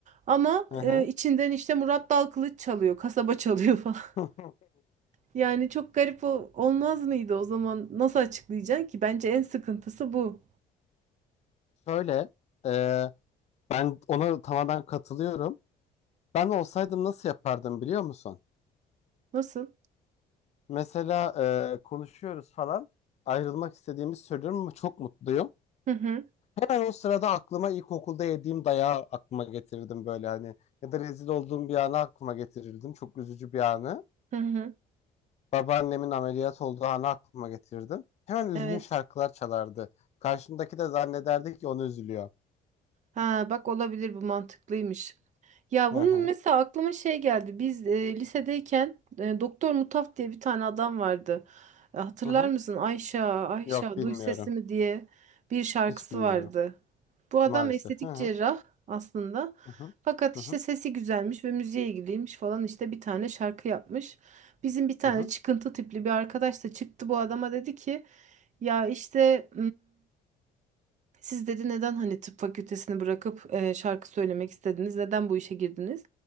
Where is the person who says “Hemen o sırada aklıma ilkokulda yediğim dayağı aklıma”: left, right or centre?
Left